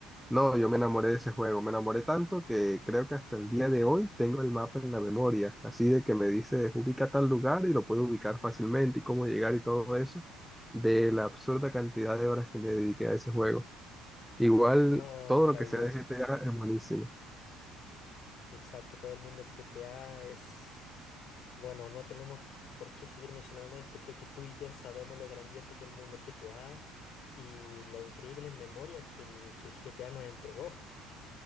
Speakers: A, in the centre; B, on the left.
A: No, yo me enamoré de ese juego, me enamoré tanto que creo que hasta el día de hoy tengo el mapa en la memoria, así de que me dice ubica tal lugar y lo puedo ubicar fácilmente y cómo llegar y todo eso, de la absurda cantidad de horas que le dediqué a ese juego. Igual
B: no,
A: todo
B: es maravilloso.
A: lo que sea de GTA es buenísimo.
B: Exacto, todo el mundo es GTA es... Bueno, no tenemos por qué seguir mencionando esto, creo que tú y yo sabemos lo grandioso que es el mundo GTA y las increíbles memorias que el, que el GTA nos entregó.